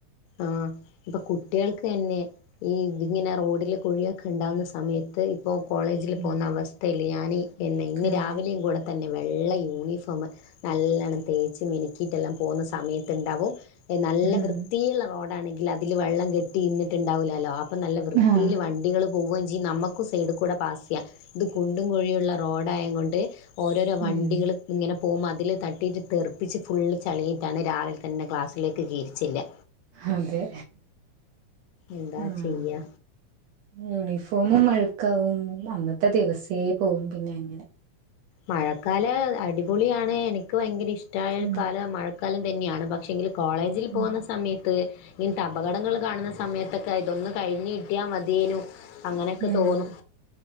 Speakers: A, on the left (about 80°); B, on the right (about 75°).
A: ആഹ് പ്പൊ കുട്ടികൾക്കെന്നെ ഈ തിങ്ങനെ റോഡില് കുഴിയൊക്കെ ണ്ടാവുന്ന സ സമയത്ത് ഇപ്പൊ കോളേജില്
B: ഉം
A: പോവ്ന്ന അവസ്ഥയില്ലെ. ഞാൻ എന്നെ ഇന്ന്
B: അതെ
A: രാവിലെയും കൂടെ തന്നെ വെള്ള യൂണിഫോമ്. നല്ലവണ്ണം തേച്ച് മിനിക്കിട്ടെല്ലാം പോവുന്ന സമയത്ത്ണ്ടാവും നല്ല
B: ഉം
A: വൃത്തിയ്ള്ള റോഡാണെങ്കില് അതില് വെള്ളം കെട്ടി ഇന്നിട്ടുണ്ടാവൂലാലൊ അ.... പ്പം നല്ല വൃത്തില്
B: ആഹ്
A: വണ്ടികള് പോവേം ചെയ്യും. നമ്മക്കും സൈഡ് കൂടെ പാസ് ചെയ്യാൻ. ഇത് കുണ്ടും, കുഴിയുള്ള റോഡായേംകൊണ്ട് ഓരോരൊ വണ്ടികള്
B: ഉം
A: ഇങ്ങനെ പോവ്‌മ്പ അതില് തട്ടിയിട്ട് തെർപ്പിച്ച് ഫുള്ള് ചളിയിട്ടാണ് രാവിൽ തന്നെ ക്ലാസ്സിലേക്ക് കേറിച്ചെല്ലാ.
B: അതെ.
A: എന്താ
B: ആഹ്
A: ചെയ്യാ
B: ഉം യൂണിഫോമും അഴ്ക്കാവും അന്നത്തെ ദിവസേ പോവും പിന്നെ അങ്ങനെ.
A: മഴക്കാലം അടിപൊളിയാണ് എനിക്ക് ഭയങ്കര ഇഷ്ടായൊരു
B: ഉം
A: കാലം മഴക്കാലം തന്നെയാണ് പക്ഷെങ്കില് കോളേജിൽ
B: ഉം
A: പോകുന്ന സമയ ത്ത് ഇങ്ങൻത്തെ അപകടങ്ങൾ കാണുന്ന സമയത്തൊക്കെ ഇതൊന്ന് കഴിഞ്ഞ് കട്ടിയാ മതിയേനു അങ്ങനെയൊക്കെ
B: ഉം
A: തോന്നും